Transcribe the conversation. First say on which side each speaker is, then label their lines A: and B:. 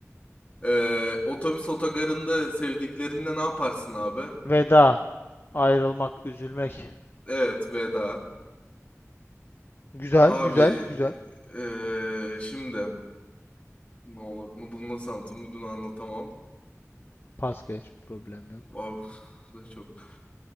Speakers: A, on the left; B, on the left.
A: Ee, otobüs otogarında sevdiklerinde ne yaparsın abi?
B: Veda. Ayrılmak, üzülmek.
A: Evet veda.
B: Güzel,
A: Abi
B: güzel, güzel.
A: ee, şimdi. Ne olur mu bunu nasıl anlatayım bunu anlatamam.
B: Pas geç, problem yok.
A: Abi, <laughs> bu da çok.